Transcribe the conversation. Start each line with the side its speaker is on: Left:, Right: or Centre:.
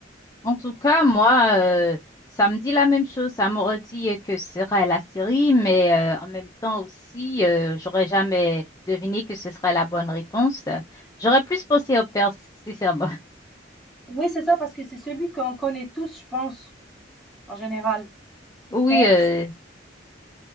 Left: En tout cas, moi, euh, ça me dit la même chose. Ça m'aurait dit euh, que ce serait la série, mais euh, en même temps aussi, euh, j'aurais jamais deviné que ce serait la bonne réponse. J'aurais plus pensé au Perse, sincèrement. <laughs>
Centre: Oui, c'est ça, parce que c'est celui qu'on connaît tous, je pense, en général.
Left: Oui,
Centre: Perse.
Left: euh,